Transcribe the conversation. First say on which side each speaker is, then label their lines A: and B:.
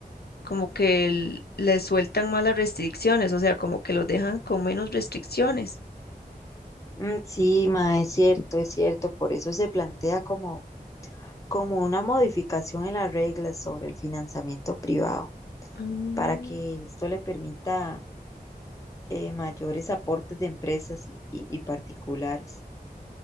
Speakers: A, on the left; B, on the left.
A: como que el- le sueltan más las restricciones, o sea, como que los dejan con menos restricciones.
B: Mm, sí, mae, es cierto, es cierto, por eso se plantea como como una modificación en las reglas sobre el financiamiento privado
A: Ah,
B: para que esto le permita eh, mayores aportes de empresas y, y- y particulares.